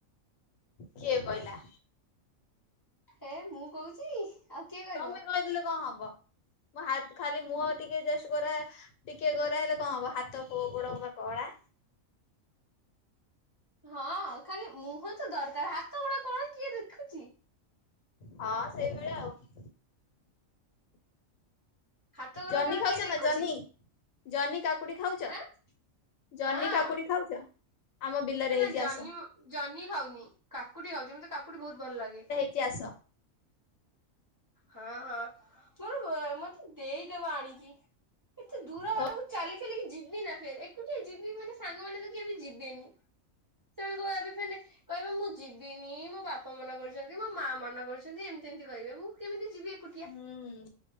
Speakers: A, on the left; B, on the right.
A: କିଏ କହିଲା?
B: ହେ ମୁଁ କହୁଛି। ଆଉ କିଏ କହିବ?
A: ତମେ କହିଦେଲେ କଣ ହବ। ମଁ ହାତ୍ ଖାଲି ମୁହଁ ଟିକେ ଜଷ୍ଟ ଗୋରା ଟିକେ ଗୋରା ହେଲେ କଣ ହବ ହାତ ଗୋ ଗୋଡ଼ ପା କଳା।
B: ହଁ ଖାଲି ମୁହଁ ତ ଦରକାର। ହାତ ଗୋଡ କଣ କିଏ ଦେଖୁଛି।
A: ହଁ ସେଇଭଳିଆ ଆଉ।
B: ହାତ ଗୋଡ
A: ଜହ୍ନି
B: କଣ
A: ଖାଉଛ
B: କିଏ ଦେଖୁଛି
A: ନା ଜହ୍ନି। ଜହ୍ନି, କାକୁଡି ଖାଉଛ?
B: ହାଁ
A: ଜହ୍ନି,
B: ହଁ।
A: କାକୁଡି ଖାଉଛ? ଆମ ବିଲରେ
B: ନା
A: ହେଇଛି
B: ଜହ୍ନି
A: ଆସ।
B: ଜହ୍ନି ଖାଉନି କାକୁଡି ଖାଉଛି ମତେ କାକୁଡି ବହୁତ ଭଲ ଲାଗେ।
A: ଇତିହାସ
B: ହଁ ହଁ ମୋର ମତେ ଦେଇଦବ ଆଣିକି। ଏତେ ଦୂର ବାଟକୁ
A: ହଉ।
B: ଚାଲିଚାଲି ଯିବି ନା ଫେର ଏକୁଟିଆ ଜିବିମାନେ ସାଙ୍ଗମାନେ <unintelligible> ଆମେ ଯିବିନି। ସେମାନେ କହିବେ ଆବେ ଫେର କହିବେ ମୁଁ ଯିବିନି ମୋ ବାପା ମନା କରିଛନ୍ତି। ମୋ ମା ମନା କରିଛନ୍ତି। ଏମିତି ଏମିତି କହିବେ ମୁଁ କେମିତି ଯିବି? ଏକୁଟିଆ।
A: ହୁଁ